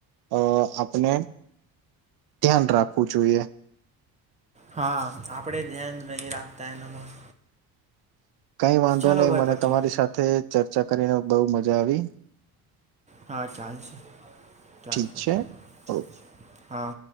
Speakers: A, on the right; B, on the right.
A: અ આપણે ધ્યાન રાખવું જોઈએ.
B: હા આપડે ધ્યાન નહી રાખતા એનામાં
A: કંઈ વાંધો
B: ચાલો
A: નઈ
B: ભાઈ
A: મને
B: પછી
A: તમારી સાથે ચર્ચા કરીને બઉ મજા આવી.
B: હા ચાલશે ચાલશે
A: ઠીક છે
B: ચાલશે
A: ઓ
B: હા.